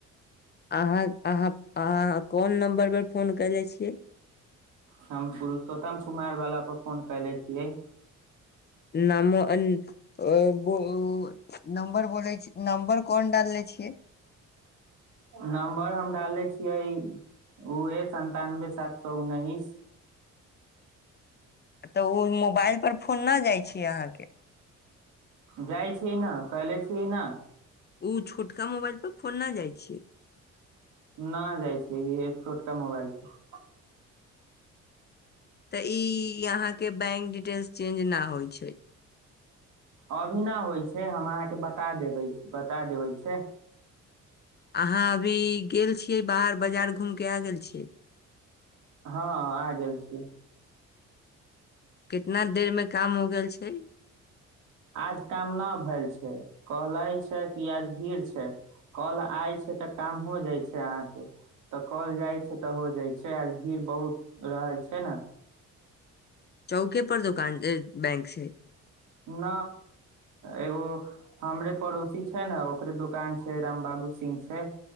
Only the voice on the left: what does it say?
अहाँ अहां अहाँ कोन नम्बर पर फोन कयले छियै
नाम ब <unintelligible> नम्बर बोलय छी नमबर कोन डालनेे छियै
तऽ उ मोबाइल पर फोन न जाइ छी अहाँके
उ छोटका मोबाइल पर फोन न जाइ छियै
तऽ इ यहां के बैंक डिटेल्स चेंज ना होई छै
अहाँ अभी गेल छियै बाहर बाजार घूम के आ गेल छियै
कितना देर मे काम हो गेल छै
चौके पर दोकान बैंक छै